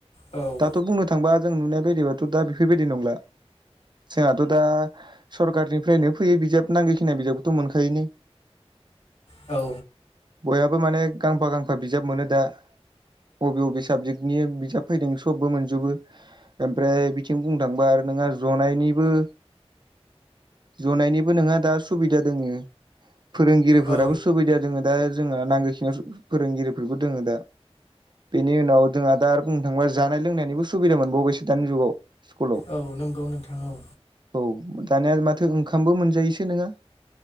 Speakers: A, on the left (about 75°); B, on the right (about 45°).
A: औ
B: दाथ' बुंनो थांबा जों नुनाय बायदिबाथ' दा बेफोरबायदि नंला। जोंहाथ' दा सरखारारनिफ्रायनो फैयो बिजाब नांगोखिनि बिजाबखौथ' मोनखायोनो।
A: औ
B: बयहाबो माने गांफा गांफा बिजाब मोनो दा। बबे बबे साबजेक्टनि बिजाब फैदों सबबो मोनजोबो ओमफ्राय बिथिं बुंनो थांबा आरो नोंहा जनायनिबो जनायनिबो नोंहा दा सुबिदा दोङो फोरोंगिरिफोराबो
A: औ
B: सुबि दा दोङो दा जोंहा नांगौखिनियाव फोरोंगिरिफोरबो दोङो दा। बेनि उनाव जोंहा दा आरो बुंनो थाङोबा जानाय-लोंनायनिबो सुबिदा मोनबावबायसो दानि जुगाव। स्कुलाव
A: औ नंगौ नोंथां। औ
B: औ दानिया माथो ओंखामबो मोनजायोसो नोङा?